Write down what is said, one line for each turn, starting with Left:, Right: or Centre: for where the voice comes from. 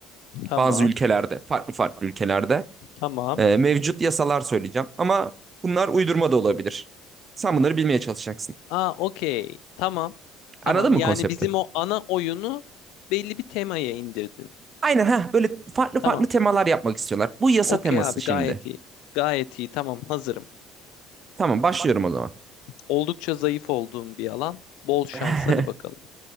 Left: Tamam,
Right: Bazı ülkelerde, farklı farklı ülkelerde
Left: tamam.
Right: e, mevcut yasalar söyleyeceğim. Ama bunlar uydurma da olabilir. Sen bunları bilmeye çalışacaksın.
Left: Aa, okey. Tamam. Tamam.
Right: Anladın mı
Left: Yani
Right: konsepti?
Left: bizim o ana oyunu belli bir temaya indirdin.
Right: Aynen ha böyle farklı
Left: Tamam.
Right: farklı temalar yapmak istiyorlar. Bu yasa
Left: Okey
Right: teması
Left: abi
Right: şimdi.
Left: gayet iyi. Gayet iyi. Tamam hazırım.
Right: Tamam başlıyorum o zaman.
Left: Oldukça zayıf olduğum bir alan. Bol şans.
Right: <laughs>
Left: Hadi bakalım.